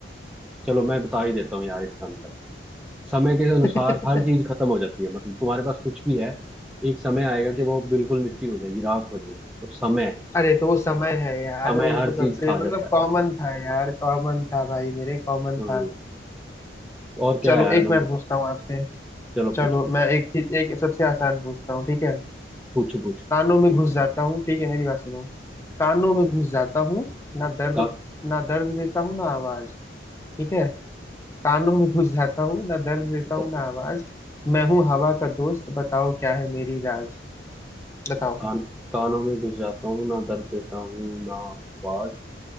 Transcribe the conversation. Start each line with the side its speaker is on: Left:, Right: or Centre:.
Centre: चलो मैं बता ही देता हूँ यार इसका आंसर समय के अनुसार
Left: <laughs>
Centre: हर चीज खत्म हो जाती है मतलब तुम्हारे पास कुछ भी है एक समय आएगा कि वो बिल्कुल मिट्टी हो जाएगी राख हो जाएगी तो समय
Left: अरे तो वो समय है यार
Centre: समय
Left: वो तो
Centre: हर
Left: सबसे
Centre: चीज खा
Left: मतलब
Centre: जाता है
Left: कॉमन था यार कॉमन था भाई मेरे कॉमन
Centre: हम्म,
Left: था
Centre: और क्या
Left: चलो
Centre: है यार
Left: एक
Centre: मतलब
Left: मैं पूछता हूँ आपसे
Centre: चलो
Left: चलो
Centre: पूछो
Left: मैं एक चीज एक सबसे आसान पूछता हूँ ठीक है
Centre: पूछो पूछो
Left: कानों में घुस जाता हूँ ठीक है मेरी बात सुनो कानों में घुस जाता हूँ ना दर्द
Centre: का,
Left: ना दर्द देता हूँ ना आवाज ठीक है कानों में घुस जाता हूँ ना दर्द देता हूँ
Centre: दर्द-
Left: ना आवाज मैं हूँ हवा का दोस्त बताओ क्या है मेरी राज बताओ
Centre: कान कानों में घुस जाता हूँ ना दर्द देता हूँ ना आवाज